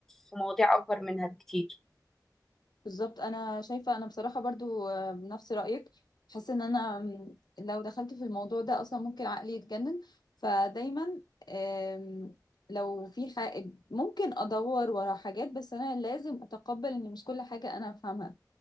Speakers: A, in the centre; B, on the left.
A: في مواضيع اكبر منها بكتير
B: بالظبط انا شايفه انا بصراحه برضو آه، بنفس رايك حاسه ان انا م، لو دخلت في الموضوع ده اصلا ممكن عقلي يتجنن فدايما آم، لو في حاجة ممكن ادور ورا حاجات بس انا لازم اتقبل ان مش كل حاجه انا افهمها